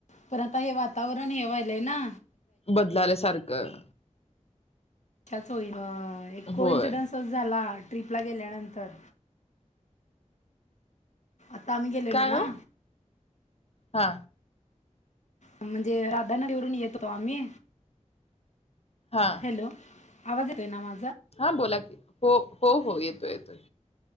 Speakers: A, on the left; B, on the left.
A: परता हे वातावरण हेवाय लेना
B: बदलाल्या सारखं
A: च्छाच होई अ एक
B: होय
A: को -इन्सिडन्सच झाला ट्रीपला गेल्यानंतर आता आम्ही गेलेलो
B: काय
A: ना
B: हो हा
A: म्हणजे राधा नगरी वरून येत होतो आम्ही
B: हा
A: हॅलो आवाज येतोय ना मा
B: हा बोला की हो हो हो येतोय येतोय